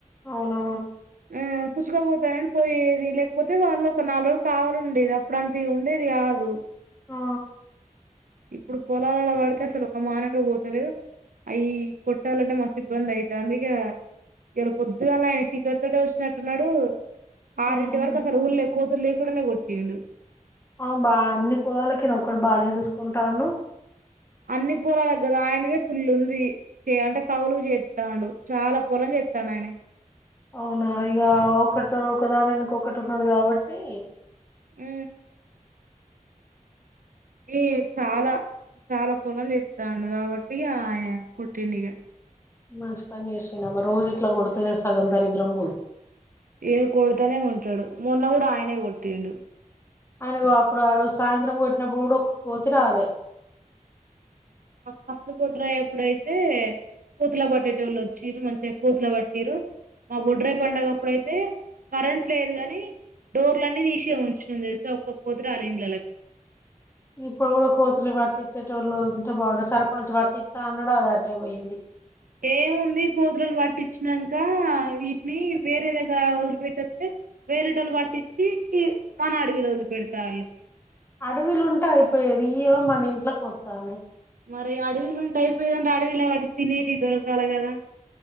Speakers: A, on the left; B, on the right.
A: అవునా
B: ఆ కుచ్చుకపోతన్నాయి పోయేది లేకపోతే వాళ్ళు ఒక నాలుగు రోజులు కావాలీ ఉండేది. అప్పుడు అంత ఇగ ఉండేది కాదు.
A: ఆ
B: ఇప్పుడు పోలలల్ల వా అయితే అసలు ఒక మానంగా పోతలేవ్ అవి కొట్టాలంటే మస్తు ఇబ్బంది. అయితంది ఇగ ఇయాలా పొద్దుగాన్నే ఆయన చీకటి తోటే వచ్చినట్టున్నాడు. ఆరు
A: ఉమ్
B: ఇంటి వరకు ఆసలు ఉల్లే కోతుల్లెకుంటనే కొట్టిండు
A: ఆ బ్బ అన్ని పొలాలకియన ఒక్కడు బానే చూసుకుంటాడు
B: అన్ని పొలాలకు కదు అయినదే ఫుల్ ఉంది చే అంటే కవులుకు చేతండు చాలా పొలం చేతండు ఆయినే
A: అవునా ఇగ ఒకటో ఒకదానేనుకా ఒకటి ఉన్నది కాబట్టి
B: ఉ ఈ చాలా చాలా పొలలు చెస్తాండు కాబట్టి ఇగ ఆయిన కొట్టిండు ఇగా
A: మంచి పని చేసిండమ్మా రోజు ఇట్లా కొడుతే సగం దరిద్రం పోవ్
B: ఏది కొడతానే ఉంటాడు మొన్న కూడా ఆయినే కొట్టిండు
A: ఆయిన కొ అప్పుడు ఆ రోజు సాయంత్రం కొట్టినప్పుడు కూడా ఒక్క కోతి రాలే
B: మాక్ ఫస్ట్ బొడ్రాయి అప్పుడైతే కోతుల బట్టేటోళ్ళు వచ్చిర్రు మంచి కోతులు పట్టిరు మా బొడ్రై పండగప్పుడు అయితే కరెంట్ లేదుగాని డోర్లు అన్ని తీసే ఉంచిన్నం తెలుసా ఒక్క కోతి రాలే ఇండ్లళ్ళకు
A: ఇప్పుడు కూడా కోతులే పట్టిచ్చేటోళ్ళు ఉంటే బాగుండు సర్పంచ్ పట్టిత్త అన్నాడు. అది అటే పోయింది.
B: ఏముంది కోతులను పట్టిచ్చినంక వీటిని వేరే దగ్గర వదిలిపెట్టత్తే వేరేటోల్లు పట్టించి మన అడవిలో వదిలి పెడతాళ్ళు.
A: అడవిల ఉంటే అయిపోయేది. ఇయ్యో మన ఇంట్లోకోత్తాన్నయి.
B: మరి అడవిల ఉంటే అయిపోయిదంటే అడవిలో వాటికి తినేవి దొరకాలి కదా